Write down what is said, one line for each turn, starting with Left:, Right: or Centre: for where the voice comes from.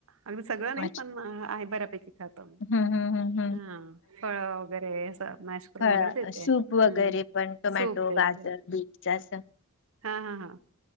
Right: अगदी सगळं नाही
Left: अच्छा
Right: पण आहे बऱ्यापैकी खातो
Left: हम्म हम्म हम्म
Right: हा फळ वगैरे असं. मॅश करून
Left: ह
Right: वगैरे देते
Left: सूप
Right: हम्म.
Left: वगैरे पण टोमॅटो
Right: सूप देते
Left: गाजर बीटच अस.
Right: हा हा हा.